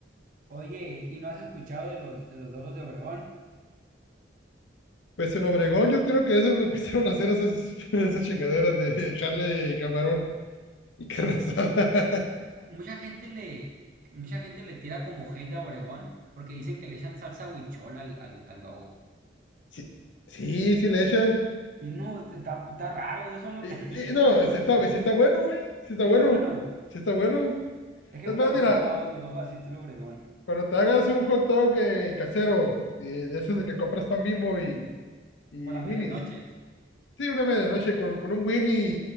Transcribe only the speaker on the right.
Oye, ¿y no has escuchado de los de los Lobos de Obregón?
Mucha gente le mucha gente le tira como hate a Obregón porque dicen que le echan salsa huichol al al al Dogo.
Sí, no, está, está raro eso, ¿no?
<laughs> Que le echen
salsa
huichol.
Sí
está bueno.
Es que
nunca
los
he probado los Dogos así estilo Obregón
con las
medianoches.